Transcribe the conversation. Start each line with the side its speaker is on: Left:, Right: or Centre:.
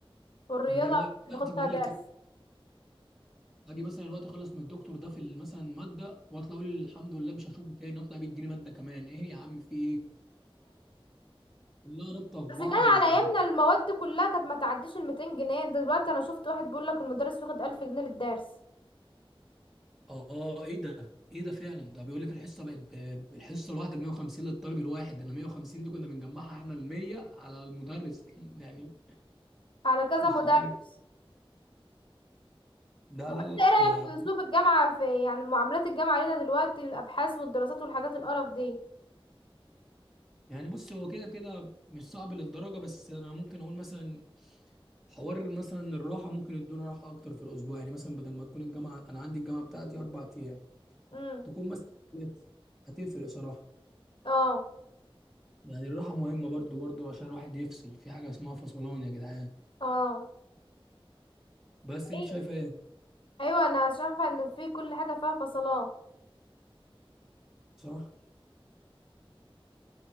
Left: والرياضة
Centre: ده دلوقتي
Left: كنت باخد
Centre: بقول
Left: فيها درس
Centre: لك ايه اجي مثلا الوقت اخلص من الدكتور ده في ال- مثلا ماده واطلع اقول الحمد لله مش هشوفه تاني اطلع بيديني ماده كمان ايه يا عم في ايه كلها رابطه في
Left: بس
Centre: بعض
Left: كان
Centre: وشغل
Left: على ايامنا المواد دي كلها كانت ما تعديش ال 200 جنيه ده دلوقتي انا شفت واحد بيقول لك المدرس واخد 1000 جنيه للدرس
Centre: اه ايه ده ايه ده فعلا ده بيقول لك الحصه بقت ب- الحصه الواحده ب 150 للطالب الواحد ده انا 150 دي كنا بنجمعها احنا ال 100 على المدرس <laughs> يعني
Left: على كذا
Centre: مش
Left: مدرس
Centre: عارف لا لا
Left: انت
Centre: لا
Left: ايه رأيك
Centre: آه
Left: في اسلوب الجامعة في يعني معاملات الجامعة علينا دلوقتي الابحاث والدراسات والحاجات القرف دي
Centre: يعني بص هو كده كده مش صعب للدرجه بس انا ممكن اقول مثلا حوار مثلا الراحه ممكن يدونا راحه اكتر في الاسبوع يعني مثلا بدل ما تكون الجامعه انا عندي الجامعه بتاعتي اربع ايام
Left: امم
Centre: تكون مثلا ثلاثة. هتفرق صراحه
Left: اه
Centre: يعني الراحه مهمه برضو برضو عشان الواحد يفصل في حاجه اسمها فصلان يا جدعان
Left: اه
Centre: بس انت
Left: ايوه
Centre: شايفه ايه؟
Left: أيوه، انا شايفه ان في كل حاجه فيها فصلات
Centre: صح